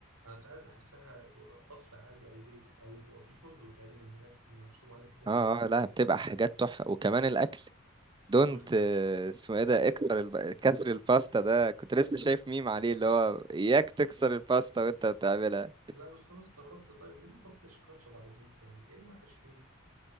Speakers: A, on the right; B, on the right.
A: انا ساعات بحسها قصر عادي او بيت او في فندق تقريبا هناك مرسوم عليه الحاجات
B: اه
A: دي
B: آه، لا بتبقى حاجات تحفة وكمان الأكل دونت
A: <laughs> والاكل
B: آه، اسمه ايه ده اكتر الب... كسر الباستا ده كنت لسه شايف ميم عليه اللي هو اياك تكسر الباستا وانت بتعملها
A: لا بس انا استغربت طيب ليه ما احطش كاتشب على البيتزا يعني ايه الوحش فيها